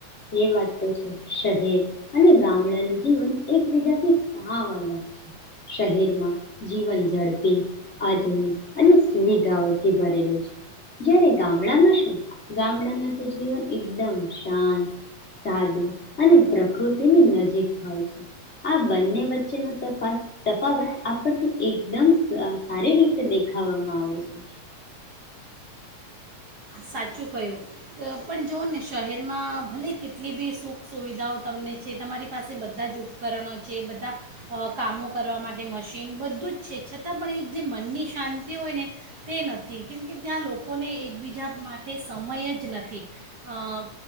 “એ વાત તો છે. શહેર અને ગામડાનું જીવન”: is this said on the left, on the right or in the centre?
Left